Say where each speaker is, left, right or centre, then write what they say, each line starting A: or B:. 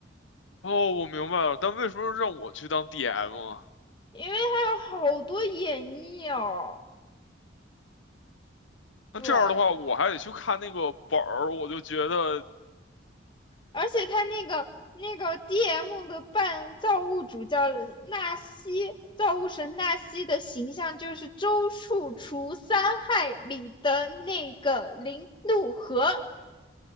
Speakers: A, on the left (about 80°); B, on the left (about 25°).
A: 哦，我明白了，但为什么让我去当 DM 啊？
B: 因为还有好多演绎哦。
A: 那这样的话，
B: 对，
A: 我还得去看那个本儿，我就觉得
B: 而且他那个那个 DM 的半造物主叫纳西，造物神纳西的形象就是周处除三害里的那个林怒河，